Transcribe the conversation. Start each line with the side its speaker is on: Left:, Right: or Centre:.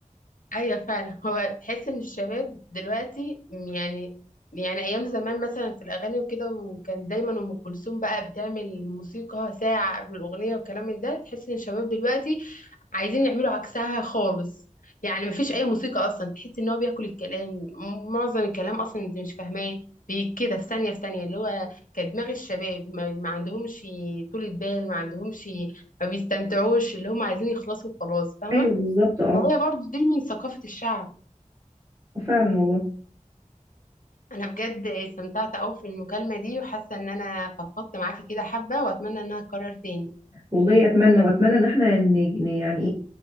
Left: ايوه فعلا هو تحس ان الشباب دلوقتي يعني يعني ايام زمان مثلا في الاغاني وكده وكان دايما ام كلثوم بقى بتعمل موسيقى ساعه قبل الاغنيه وكلام من ده تحس ان الشباب دلوقتي عايزين يعملوا عكسها خالص يعني مفيش اي موسيقى اصلا تحس ان هو بياكل الكلام م- معظم الكلام اصلا انت مش فاهماه بي- كده في ثانيه في ثانيه اللي هو كدماغ الشباب ما, ما عندهمش طولة بال ما عندهمش ما بيستمتعوش اللي هم عايزين يخلصوا خلاص فاهمه
Right: أيوه بالظبط أه
Left: وهي برضو دي من ثقافة الشعب
Right: فعلا والله
Left: أنا بجد استمتعت أوي في المكالمة دي وحاسة إن أنا فضفضت معاكي كده حبة وأتمنى إنها تتكرر تاني
Right: والله أتمنى وأتمنى إن إحنا ن... ن- يعني